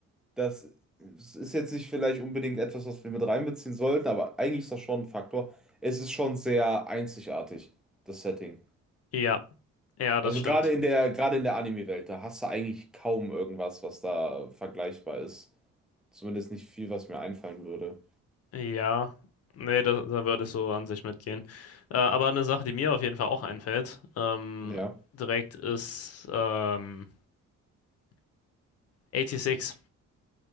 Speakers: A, in the centre; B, on the left.
A: das ist jetzt nicht vielleicht unbedingt etwas, was wir mit reinbeziehen sollten, aber eigentlich ist das schon ein Faktor. Es ist schon sehr einzigartig, das Setting.
B: ja, ja, das
A: Also
B: stimmt.
A: gerade in der, gerade in der Anime-Welt, da hast du eigentlich kaum irgendwas, was da vergleichbar ist. Zumindest nicht viel, was mir einfallen würde.
B: Ja, nee, da, da würde ich so an sich mitgehen. Äh, aber eine Sache, die mir auf jeden Fall auch einfällt, ähm,
A: Ja.
B: direkt ist ähm, 86.